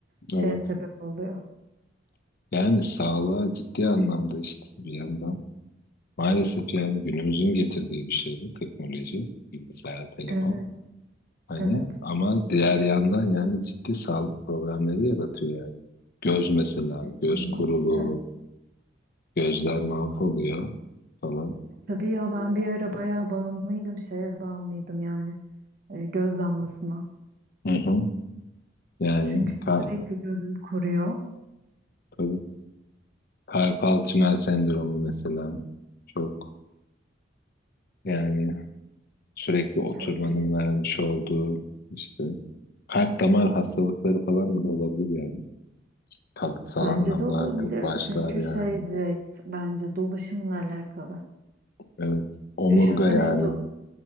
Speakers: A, on the right; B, on the left.
A: şeye
B: evet
A: sebep oluyor.
B: yani sağlığa ciddi anlamda işte bir yandan maalesef yani günümüzün getirdiği bir şey bu teknoloji, bilgisayar, telefon.
A: Evet,
B: Hani
A: evet
B: ama diğer yandan yani ciddi sağlık problemleri yaratıyor yani. Göz mesela,
A: kesinlikle.
B: göz kuruluğu, gözler mahvoluyor falan.
A: Tabii ya ben bir ara bayağı bağımlıydım, şeye bağımlıydım yani e, göz damlasına.
B: Hı hı. Yani
A: Çünkü
B: ka-
A: sürekli gözüm kuruyor.
B: tabii. Karpal tünel sendromu mesela çok yani sürekli oturmanın
A: Tabii.
B: vermiş olduğu işte kalp damar hastalıkları falan bile olabilir yani. Kalıtsal
A: Bence
B: anlamda
A: de olabilir.
B: artık başlar
A: Çünkü
B: yani.
A: şey direkt bence dolaşımla alakalı.
B: Evet. Omurga
A: Düşünsene
B: yani
A: do-